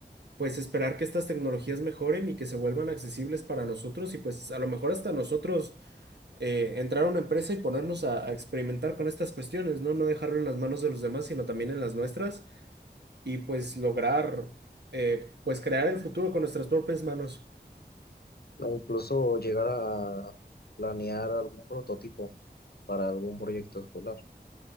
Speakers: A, on the right; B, on the left.
A: pues esperar que estas tecnologías mejoren y que se vuelvan accesibles para nosotros y pues a lo mejor hasta nosotros eh, entrar a una empresa y ponernos a, a experimentar con estas cuestiones, ¿no? No dejarlo en las manos de los demás, sino también en las nuestras y pues lograr eh, pues crear el futuro con nuestras propias manos.
B: o incluso llegar a planear algún prototipo para algún proyecto escolar.